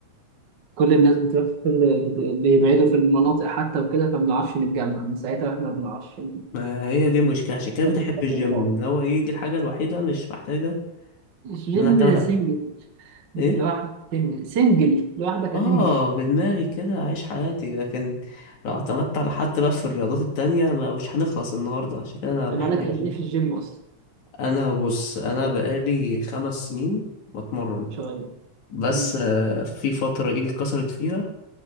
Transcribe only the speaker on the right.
فكل الناس بتروح في كل بيبعدوا في المناطق حتى وكده فما بنعرفش نتجمع من ساعتها احنا ما بنعرفش
نطبق
على
بعض.
الجيم
سنجل
لوحدك
تنزل سنجل لوحدك
هتنزل
يبقى
لك قد
ايه في الجيم اصلا
ان شاء الله
مم.